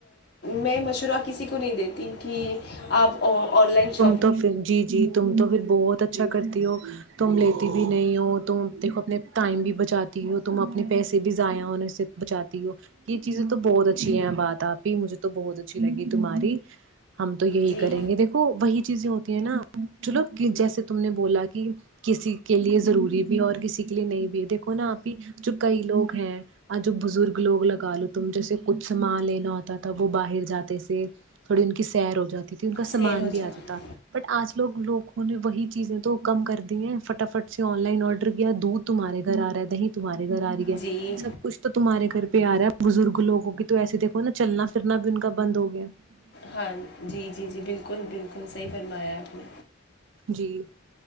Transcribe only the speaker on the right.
توھر جی جی تم تو پھر بہت اچھا کرتی ہو تم لیتی بھی نہیں ہو تم دیکھو اپنے ٹائم بھی بچاتی ہو تم اپنے پیسے بھی ضائع ہونے سے بچاتی ہو یہ چیز تو بہت اچھی ہے باتپ ہی مجے تو بہت اچ اچھی لگی تو ماری ہم تو یہی
کریں گے دیکھو وہی چیزیں ہوتی ہیں نا چلو جیسے تم نے بولا کہ کسی کے لیے ضروری بھی ہے اور کسی کے لیے نہیں بھی ہے دیکھو نا اپھی جو کئی لوگ ہیں آ جو بزرگ لوگ لگا لو تم جیسے کچھ مال لینا ہوتا تھا وہ ب <inaudible> تھوڑی ان کی سیر ہو جاتی ان کا سامان
بھی
آ جاتا بٹ آج لوگ لوگوں نے وہی چیزیں تو کم کر دی ہیں فٹافٹ سے آن لائن آرڈر کیا دودھ تمہارے گھر آ رہا ہے دی تمہےھر آ رہی ہے
سب کچھ تو تمہارے گھر پیار ہے بزرگ لگوں کی تو ایسے دھو نا چلنا پھرنا بھی ان کا بند ہوگا <inaudible>
جی